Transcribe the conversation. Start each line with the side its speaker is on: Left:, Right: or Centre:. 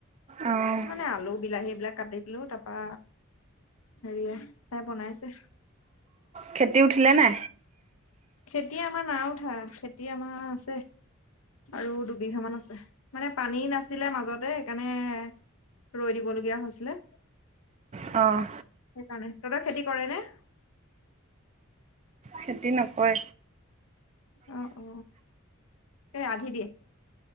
Right: অ',
Left: ত মানে আলু বিলাহী এই বিলাক কাটি দিলো তাৰপা হেৰি চাই বনাইছে
Right: ক্ষেতি উঠিলে নে
Left: খেতি আমাৰ নাওঠা খেতি আমাৰ আছে আৰু দুবিঘ মান আছে মানে পানী নাছিলে মাজতেকাৰণে ৰৈ দিবলগীয়া হৈছিলে
Right: অঁ
Left: সেইকাৰণে তহততেই খেতি কৰে নে
Right: খেতি নকৰে।
Left: অ, অ, এ আধি দিয়ে।